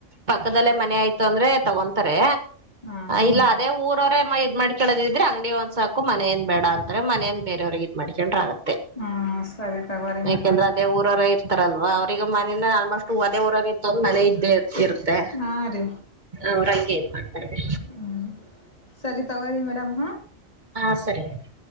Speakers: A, on the right; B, on the left.
A: ಪಕ್ಕದಲ್ಲಿ ಮನೆ ಐತಂದ್ರೆ ತಗೋಳ್ತಾರೆ
B: ಹ್ಮ್
A: ಇಲ್ಲ ಅದೇ ಊರು ಮಾಡ್ಕೊಳ್ಳಿದ್ರೆ ಅಂಗಡಿ ಒಂದು ಸಾಕು ಮನೆಯನ್ನು ಬಾಡ ಅಂದರೆ ಮನೆ ಬೇರೆಯವರಿಗೆ ಮಾಡಿಕೊಂಡರೆ ಆಯ್ತು
B: ಹ ಸರಿ ತಗೋಳ್ರಿ
A: ಏಕಂದ್ರೆ ಅದೇ ಊರವರು ಇರ್ತಾರಲ್ಲ ಆಲ್ಮೋಸ್ಟ್ ಅದೇ ಊರಿನಲ್ಲಿ ಇರ್ತಾರಲ್ಲ ಮನೆ ಇದ್ದೇ ಇರುತ್ತೆ
B: ಹಾ ರೀ
A: ಅವರಂಗೆ <inaudible>
B: ಹ್ಮ್ ಹೂ ಸರಿ ತಗೊಳ್ರಿ ಮೇಡಂ
A: ಆ ಸರಿ ಆಯ್ತು